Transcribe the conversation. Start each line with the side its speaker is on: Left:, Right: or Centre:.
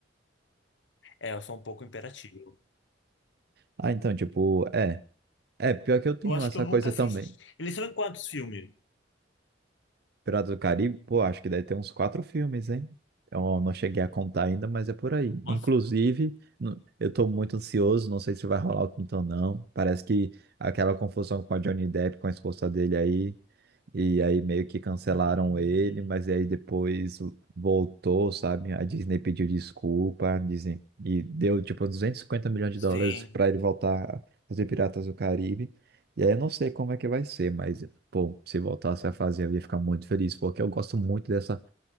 Left: é, eu sou um pouco imperativo.
Right: Ah, então, tipo, é. É, pior que eu tenho
Left: Eu acho
Right: essa
Left: que eu nunca
Right: coisa
Left: assisti.
Right: também.
Left: Eles são em quantos filmes?
Right: Piratas do Caribe, pô, acho que deve ter uns quatro filmes, hein? Eu não cheguei a contar ainda, mas é por aí.
Left: Nossa.
Right: Inclusive, n- eu tô muito ansioso, não sei se vai rolar o quinto ou não. Parece que aquela confusão com a Johnny Depp, com a esposa dele aí, e aí meio que cancelaram
Left: Hum,
Right: ele, mas aí depois voltou, sabe? A Disney pediu desculpa, dizem, e deu tipo duzentos e cinquenta milhões de
Left: sim.
Right: dólares para ele voltar a fazer Piratas do Caribe. E aí eu não sei como é que vai ser, mas Pô, se voltasse a fazer, eu ia ficar muito feliz, porque eu gosto muito dessa